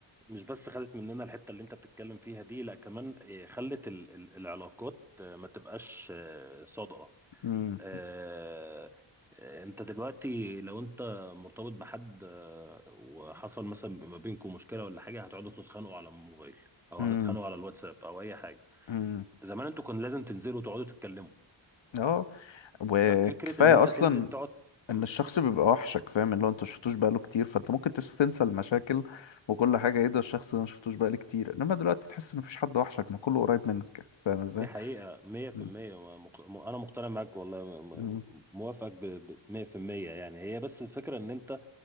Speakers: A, in the centre; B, on the left.
A: مش بس خدت مننا الحتة اللي انت بتتكلم فيها دي لا كمان آه، خلت ال- ال- العلاقات آه، ما تبقاش آه، صادقة
B: امم
A: آه، آه، انت دلوقتي لو انت مرتبط بحد آه، وحصل مثلا ما بينكم مشكلة ولا حاجة هتقعدوا تتخانقوا على الموبايل او
B: امم
A: هتتخانقوا على الواتساب او اي حاجة
B: امم
A: زمان انتوا كان لازم تنزلوا تقعدوا تتكلموا
B: اه وكفاية
A: ففكرة ان انت
B: اصلا
A: تنزل تقعد مم.
B: ان الشخص بيبقى وحشك فاهم اللي هو انت مشفتوش بقاله كتير فانت ممكن تس- تنسى المشاكل وكل حاجه ايه ده الشخص ده مشفتوش بقالي كتير انما دلوقتي تحس ان مفيش حد وحشك ما كله قريب منك فاهم ازاي
A: دي حقيقة مية في
B: م-
A: المية ومق- م- أنا مقتنع معاك والله م-
B: م-
A: م- موافقك بمية في المية يعني هي بس الفكرة إن أنت